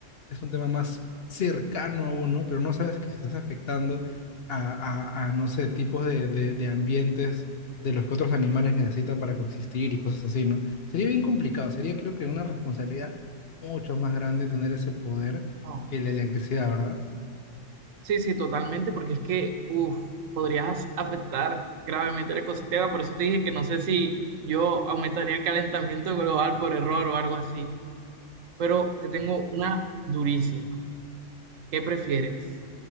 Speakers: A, on the left (about 55°); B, on the right (about 80°).
A: es un tema más cercano a uno, pero no sabes que se estás afectando a, a- a, no sé, tipos de, de- de ambientes de los que otros animales necesitan para coexistir y cosas así, ¿no? Sería bien complicado, sería creo que una responsabilidad mucho más grande tener ese poder
B: No.
A: que la electricidad, ¿verdad?
B: Sí, sí, totalmente, porque es que, uff, podrías afectar gravemente el ecosistema, por eso te dije que no sé si yo aumentaría el calentamiento global por error o algo así. Pero te tengo una durísima. ¿Qué prefieres?